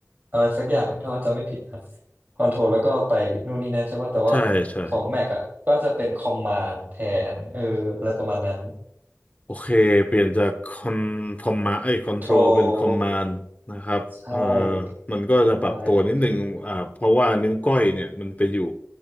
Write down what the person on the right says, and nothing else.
อะไรสักอย่างถ้าว่าจำไม่ผิดนะ Control แล้วก็ไปนู่นนี่นั่นใช่ป่ะแต่ว่า
ของ Mac อ่ะก็จะเป็น Command แทนเอออะไรประมาณนั้น
Control ใช่
ใช่